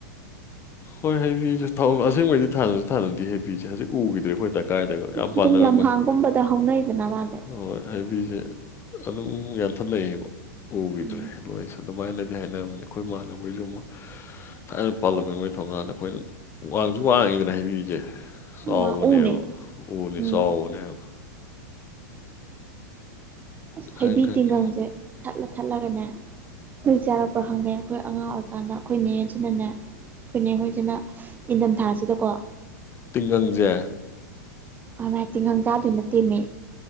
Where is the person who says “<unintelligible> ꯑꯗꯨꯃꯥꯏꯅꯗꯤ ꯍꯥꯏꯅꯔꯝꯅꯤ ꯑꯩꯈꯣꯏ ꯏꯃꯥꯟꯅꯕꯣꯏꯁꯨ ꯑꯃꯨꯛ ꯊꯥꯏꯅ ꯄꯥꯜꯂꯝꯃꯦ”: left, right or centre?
Left